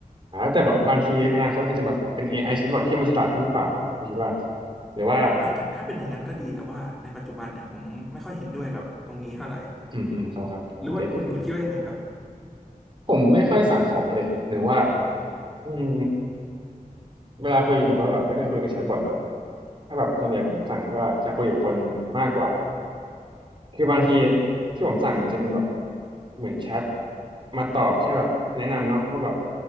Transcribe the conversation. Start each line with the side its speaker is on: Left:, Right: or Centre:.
Right: อ๋อแต่แบบบางทีอนาคตอาจจะแบบเป็น AI แชทบอทที่มันฉลาดขึ้นหรือเปล่าคุณคิดว่าหรือว่า
Centre: อ่ะถ้าถ้าเป็นอย่างนั้นก็ดีแต่ว่าในปัจจุบันเนี่ยผมไม่ค่อยเห็นด้วยกับตรงนี้เท่าไหร่
Right: อืมอืมครับครับผมเก็ตอยู่
Centre: หรือว่าคุณคุณคิดว่ายังไงครับ
Right: ผมไม่ค่อยสั่งของอะเลยหนึ่งว่าอืมเวลาคุยผมก็แบบไม่ได้คุยกับแชทบอทเนาะถ้าแบบส่วนใหญ่ผมสั่งก็จะคุยกับคนมากกว่าคือบางทีที่ผมสั่งมันจะเป็นแบบเหมือนแชทมาตอบแค่แบบแนะนำเนาะว่าแบบ